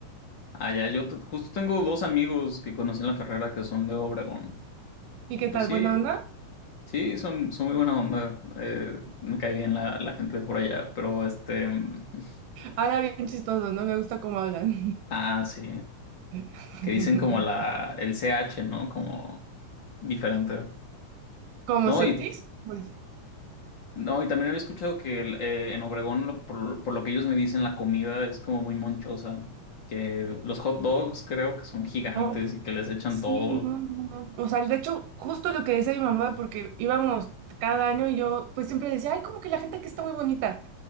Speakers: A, on the left; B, on the right.
A: Ah, ya, yo t- justo tengo dos amigos que conocí en la carrera que son de Obregón.
B: ¿Y
A: Y
B: qué
A: pues
B: tal?
A: sí,
B: ¿Buena onda?
A: sí, son, son muy buena onda. eh, me cae bien la, la gente de por allá, pero este... mm, <laughs>
B: ahora bien chistoso, ¿no? Me gusta cómo hablan.
A: Ah, sí,
B: <laughs>
A: que dicen como la, el CH, ¿no? Como diferente.
B: Como
A: No,
B: Cetis,
A: y
B: pues.
A: No, y también había escuchado que el- eh, en Obregón, lo- por, por lo que ellos me dicen, la comida es como muy monchosa. Que los hot dogs creo que son gigantes
B: Oh,
A: y que les echan
B: Sí,
A: todo.
B: no,
A: <laughs>
B: no, no. O sea, de hecho, justo lo que decía mi mamá, porque íbamos cada año y yo pues siempre decía, ay, como que la gente aquí está muy bonita.